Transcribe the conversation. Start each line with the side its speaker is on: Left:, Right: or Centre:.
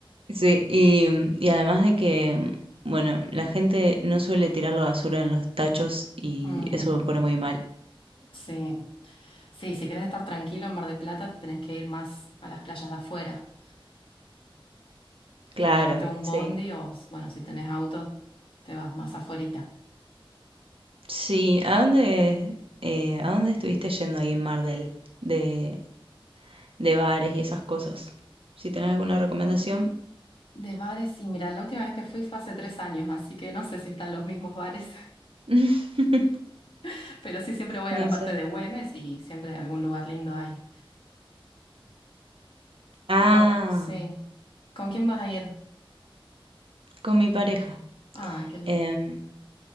Right: sí, y, mm, y además de que, mm, bueno, la gente no suele tirar la basura en los tachos y
Left: Mm,
Right: eso me pone muy mal.
Left: sí. Sí, si querés estar tranquilo en Mar del Plata, te tenés que ir más a las playas de afuera.
Right: Claro,
Left: tomarte un
Right: sí.
Left: bondi o, bueno, si tenés auto, te vas más afuerita.
Right: Sí, ¿a dónde, eh, ¿a dónde estuviste yendo ahí en Mar del? De, de bares y esas cosas. Si tenés alguna recomendación,
Left: De, de bares, y mira, la última vez que fui fue hace tres años, así que no sé si están los mismos bares,
Right: <laughs>
Left: <laughs> pero sí siempre voy
Right: no
Left: a la parte
Right: sé.
Left: de Güemes y siempre algún lugar lindo hay.
Right: Ah,
Left: Y con, sí, ¿con quién vas a ir?
Right: con mi pareja.
Left: Ah, qué lindo.
Right: Em,